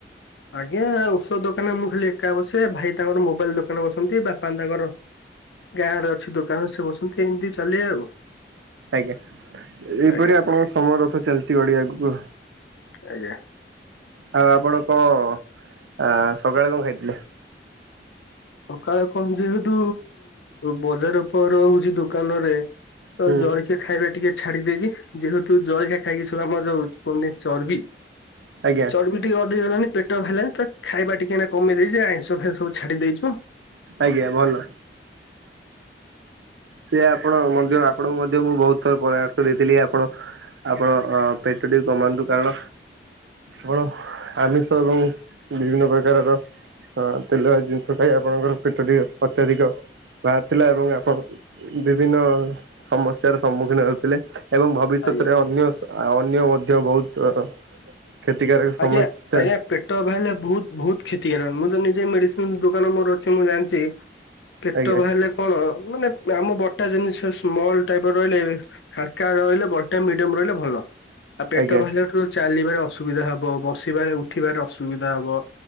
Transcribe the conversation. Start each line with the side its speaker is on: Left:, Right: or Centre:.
Left: ଆଜ୍ଞା ଔଷଧ ଦୋକାନରେ ମୁଁ ଖାଲି ଏକା ବସେ, ଭାଇ ତାଙ୍କର ମୋବାଇଲ ଦୋକାନରେ ବସନ୍ତି, ବାପା ତାଙ୍କର ଗାଁ ରେ ଅଛି ଦୋକାନ ସେ ବସନ୍ତି ଏମିତି ଚାଲେ ଆଉ।
Right: ଆଜ୍ଞା ଏଇପରି
Left: ଆଜ୍ଞା
Right: ଆପଣଙ୍କ ସମୟ ରଥ ଚାଲିଛି ଗଡି ଆଗକୁ।
Left: ଆଜ୍ଞା।
Right: ଆଉ ଆପଣ କଣ ଆଁ ସକାଳେ କଣ ଖାଇଥିଲେ?
Left: ସକାଳେ କଣ ଯେହେତୁ ବଜାର ଉପର ରହୁଛି, ଦୋକାନରେ ତ
Right: ହୁଁ
Left: ଜଳଖିଆ ଖାଇବା ଟିକେ ଛାଡି ଦେଇଛିି ଯେହେତୁ ଜଳଖିଆ ଖାଇକି ଶଳା ମ ଯୋଉ କୁହନ୍ତିନି ଚର୍ବି
Right: ଆଜ୍ଞା
Left: ଚର୍ବି ଟିକେ ଅଧିକ ହେଲାଣି। ପେଟ ବାହାରିଲଣି ତ ଖାଇବା ଟିକେ ଏଇନେ କମେଇ ଦେଇଛି ଆଇଁଷ ଫାଇଁସ ସବୁ ଛାଡ଼ି ଦେଇଛୁ।
Right: ଆଜ୍ଞା ଭଲ। ସେ ଆପଣ ମଧ୍ୟ ଆପଣଙ୍କୁ ମଧ୍ୟ ମୁଁ ବହୁତ ଥର ପରାମର୍ଶ ଦେଇଥିଲି ଆପଣ ଆପଣ ଅ ପେଟ ଟିକେ କମାନ୍ତୁ କାରଣ ମୋର ଆମିଷ ଏବଂ ବିଭିନ୍ନ ପ୍ରକାରର। ହଁ ତେଲଭାଜି ଜିନିଷ ଖାଇ ଆପଣଙ୍କର ପେଟ ଟିକେ ଅତ୍ୟଧିକ ବାହାରି ଥିଲା ଏବଂ ଆପଣ। ବିଭିନ୍ନ ସମସ୍ୟାର ସମ୍ମୁଖୀନ ହେଉଥିଲେ ଏବଂ ଭବିଷ୍ୟତରେ
Left: ଆଜ୍ଞା
Right: ଅନ୍ୟ ଅ ଅନ୍ୟ ମଧ୍ୟ ବହୁତ। କ୍ଷତିକାରକ ସମସ୍ୟା
Left: ଆଜ୍ଞା ଆଜ୍ଞା ପେଟ ବାହାରିଲେ ବହୁତ ବହୁତ କ୍ଷତି କାରକ ମୁଁ ତ ନିଜେ ମେଡିସିନ ଦୋ ଦୋକାନ ମୋର ଅଛି ମୁଁ ଜାଣିଛି ପେଟ
Right: ଆଜ୍ଞା
Left: ବାହାରିଲେ କଣ। ମାନେ ଆମ ବଡିଟା ଜିନିଷ ସ୍ମଲ ଟାଇପ ରହିଲେ ହାଲକା ରହିଲେ ବଡି ଟା ମିଡିୟମ ରହିଲେ ଭଲ। ଆଉ ପେଟ
Right: ଆଜ୍ଞା
Left: ବାହାରିଲାଠାରୁ ଚାଲିବାରେ ଅସୁବିଧା ହବ ବସିବାରେ ଉଠିବାର ଅସୁବିଧା ହବ।